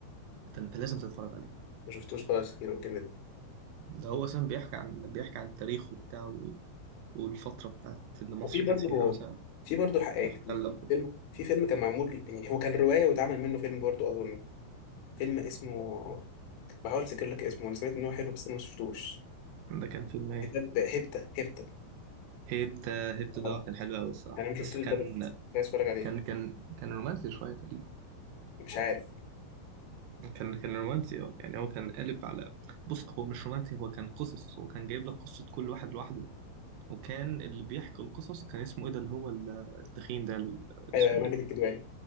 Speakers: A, on the right; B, on the left.
A: ده انت لازم تتفرج عليه
B: ما شفتوش خالص كيرة الجن ده
A: ده هو اصلا بيحكي عن بيحكي عن التاريخ وبتاع والفتره بتاعت اللي مصر
B: وفي برضه
A: كانت فيها مثلا
B: في برضه حقائق
A: محتله وكده
B: فيلم في فيلم كان معمول يعني هو كان رواية واتعمل منه فيلم برضه أظن فيلم اسمه بحاول أفتكر لك اسمه أنا سمعت إن هو حلو بس أنا ما شفتوش
A: ده كان فيلم إيه؟
B: كتاب هيبتا هيبتا
A: هيبت هيبت ده
B: آه.
A: كان حلو قوي الصراحه
B: انا ما شفتوش
A: بس كان
B: ده بس كنت عايز اتفرج عليه
A: كان كان كان رومانسي شويه تقريبا
B: مش عارف
A: كان كان رومانسي اه يعني هو كان قالب على بص هو مش رومانسي هو كان قصص هو كان جايب لك قصه كل واحد لوحده وكان اللي بيحكي القصص كان اسمه ايه ده اللي هو ال- التخين ده ال-
B: ايوه
A: اسمه
B: يا ماجد
A: ايه
B: الكدواني